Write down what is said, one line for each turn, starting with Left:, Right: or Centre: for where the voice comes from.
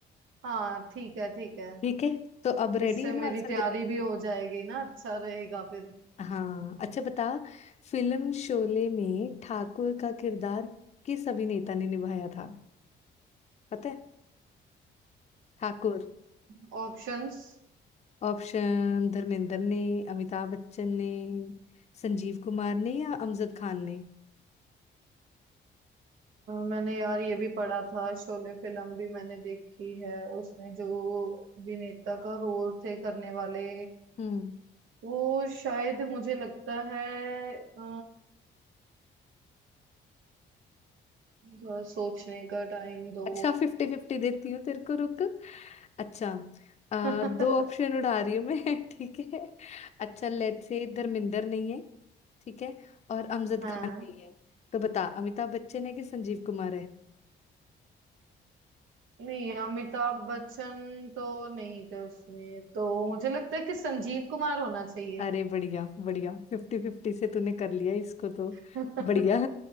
Right: हाँ ठीक है ठीक है
Left: ठीक है तो अब रेडी
Right: इससे
Left: हो
Right: मेरी
Left: ना आंसर
Right: तैयारी
Left: देने के
Right: भी हो
Left: लिए
Right: जाएगी ना अच्छा रहेगा फिर
Left: हाँ अच्छा बता फिल्म शोले में ठाकुर का किरदार किस अभिनेता ने निभाया था पता है ठाकुर
Right: ऑप्शंस
Left: ऑप्शन धर्मेंद्र ने अमिताभ बच्चन ने संजीव कुमार ने या अमजद खान ने
Right: मैंने यार ये भी पढ़ा था शोले फिल्म भी मैंने देखी है उसमें जो अभिनेता का रोल थे करने वाले
Left: हम्म
Right: वो शायद मुझे लगता है अ, थोड़ा सोचने का टाइम दो
Left: अच्छा फिफ्टी फिफ्टी देती हूँ तेरे को रुक अच्छा अ,
Right: <laughs>
Left: दो ऑप्शन उड़ा रही हूँ मैं <laughs> ठीक है अच्छा लेट्स से धर्मेंद्र नहीं है ठीक है और अमजद
Right: हाँ
Left: खान नहीं है तो बता अमिताभ बच्चन है कि संजीव कुमार है
Right: नहीं अमिताभ बच्चन तो नहीं थे उसमें तो मुझे लगता है कि संजीव कुमार होना चाहिए
Left: अरे बढ़िया बढ़िया फिफ्टी फिफ्टी से तूने कर लिया इसको तो
Right: <laughs>
Left: बढ़िया